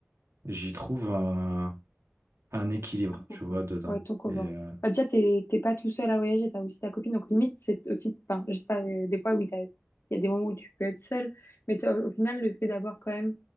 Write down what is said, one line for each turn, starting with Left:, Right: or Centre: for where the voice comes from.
Right: j'y trouve un, un équilibre,
Left: confort.
Right: tu vois, dedans.
Left: Ouais, ton confort.
Right: Et, euh,
Left: Bah, déjà, t'es t'es pas tout seul à voyager, t'as aussi ta copine. Donc, limite, c'est aussi, enfin, je sais pas, euh, des fois, oui, t'as- il y a des moments où tu peux être seul, mais t'as- au final, le fait d'avoir quand même